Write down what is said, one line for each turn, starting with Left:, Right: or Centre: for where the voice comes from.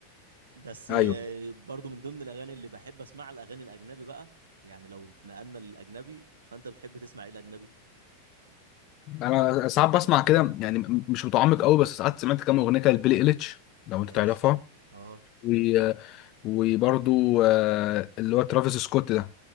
Right: بس آه،
Left: ايوه
Right: برضو من ضمن الاغاني اللي بحب اسمعها الاغاني الاجنبي بقى يعني لو نقلنا للاجنبي فانت بتحب تسمع ايه الاجنبي
Left: انا ساعات بسمع كده يعني م- مش متعمق قوي بس ساعات سمعت كام اغنيه كده لبيلي إيليتش لو
Right: ماشي
Left: انت تعرفها
Right: اه
Left: و... وبرضو آه، اللي هو ترافيس سكوت ده